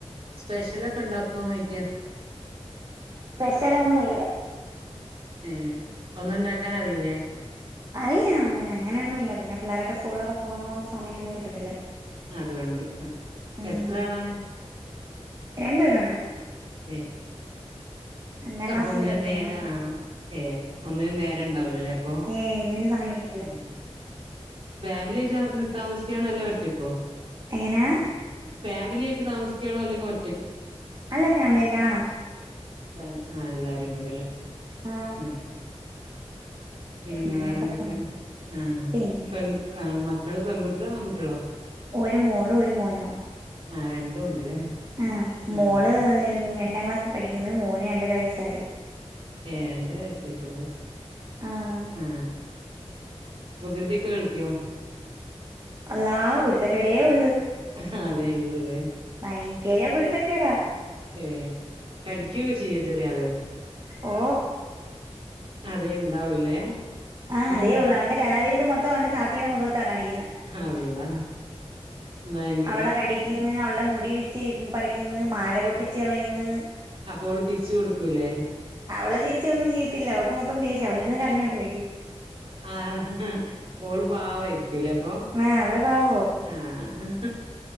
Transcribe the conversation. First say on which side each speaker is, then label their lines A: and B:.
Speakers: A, on the right; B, on the right.
A: സ്പെഷ്യലൊ ഒക്കെ ഉണ്ടാക്കുവോന്ന് ചോദിക്കാ
B: സ്പെഷ്യലൊന്നും ഇല്ല
A: ഏ ഒന്നും ഉണ്ടാക്കാനറിയില്ലേ
B: അറിയാം പിന്നെ അങ്ങനെയൊന്നും ഇല്ല പിന്നെപിള്ളോരൊക്കെ സ്കൂളൊക്കെ പോകോ കൊണ്ട് സമയമൊന്നും കിട്ടത്തില്ല
A: അതൊണ്ട് ആഹ്
B: ആഹ്
A: എത്ര ആളാണ്
B: രണ്ടുപേരുണ്ട്
A: ഏ
B: രണ്ടാം
A: അപ്പൊ
B: ക്ലാസ്സില്
A: ഒന്നിന്നും
B: പഠിക്കുന്ന
A: നേരെ ആ ഏ ഒന്നിനും നേര ഉണ്ടാവലോല്ലേ അപ്പൊ
B: ഏയ് ഒന്നിനും സമയം കിട്ടത്തില്ല
A: ഉം ഫാമിലി ആയിട്ട് അവിടന്ന് താമസിക്കാണോ അല്ലേ ഒറ്റക്കോ
B: എങ്ങനെ
A: ഫാമിലി ആയിട്ട് താമിക്കണോ അല്ലെങ്കിൽ ഒ
B: അല്ല ഫാമിലിയായിട്ടാ
A: ആ എല്ലാരും കൂടെല്ലേ
B: ആഹ്
A: ഉം പിന്നെ
B: അങ്ങനെയൊക്കെ
A: വേറെ എന്തൊക്കെയാണ്
B: പോണ്
A: ആഹ്
B: പിന്നെ
A: പെഗ് അ മക്കളു പെൺകുട്ടികളോ ആൺകുട്ടികളോ
B: ഒരു മോളും ഒരു മോനും
A: ആഹ് രണ്ടും ഉണ്ടല്ലേ
B: ആഹ്
A: ആ
B: മോള് രണ്ടാം ക്ലാസ്സിൽ പഠിക്കുന്ന് മോന് രണ്ടര വയസ്സായി
A: ഏണ്ടരസേ അയിട്ടുള്ളൂ
B: ആഹ്
A: ഉം വികൃതി കേൾത്തിയോ
B: അള്ളാ കുരുത്തക്കേടേ ഒള്ള്
A: അഹാ അതെ ഉള്ളുലേ
B: ഭയങ്കര കുരുത്തക്കേടാ
A: ഏയ് കടിക്കു ഒക്കെ ചെയ്യുവോ ചെറിയള്
B: ഓ
A: അതെ ഉണ്ടാവൂലേ
B: ആ
A: ഉം
B: അതേയുള്ളൂഅവന്റെ കലാവിരുത് മൊത്ത അവൻ്റെ താത്തേടെ മുഖത് ത്താ, കാണിക്കുന്നേ
A: അള്ളാ ഭയങ്ക
B: അവളേകടിക്കും ക്കുന്ന് അവളുടെ മുടി പിച്ചിപറിക്കുന്ന്, മാല പൊട്ടിച്ചുകളയുന്നു
A: അപ്പോ ഓള് തിരിച്ചു കൊടുക്കൂല്ലേ
B: അവളുതിരിച്ചൊന്നും ചെയ്യത്തില്ല, അവൾക്ക് മൊത്തം ദേഷ്യമാഅവളിരുന്ന് കരഞ്ഞൊണ്ടിരിക്കും
A: ആഹ്, ഓളുപാവമായിരിക്കൂലേയപ്പൊ
B: ആഹ്, അവളുപാവമാ
A: ആഹ്